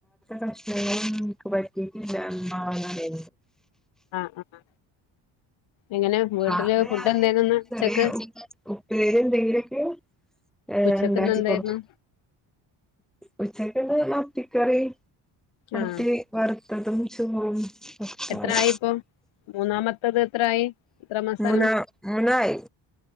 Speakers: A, in the centre; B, on the left (about 80°).
A: പ്രശ്നങ്ങളുംനിക്ക് പറ്റിട്ടില്ലന്ന്റിയ
B: ആഹ ആഹ എങ്ങനെ വീട്ടില്
A: അപ്പൊ
B: ഫുഡ്
A: ഞാന്
B: എന്തേന്നുന്ന് ഉച്ചക്ക്
A: ചെറിയ ഉപ്പേരി എന്തെങ്കിലൊക്കെ ഏഹ്
B: ഉച്ചക്ക്ന്ന്
A: ഉണ്ടാക്കിക്കൊടുക്കും
B: എന്തായിരുന്നു
A: ഉച്ചക്കിന്ന് മത്തിക്കറി മത്തി
B: ആഹ്
A: വറ്ത്തതും ചോറും ഒക്കെപ്പാടെ
B: എത്രായിപ്പം മൂന്നാമത്തത് എത്രായി എത്ര മാസാണ്
A: വയസ് മുന്നാ മൂന്നായി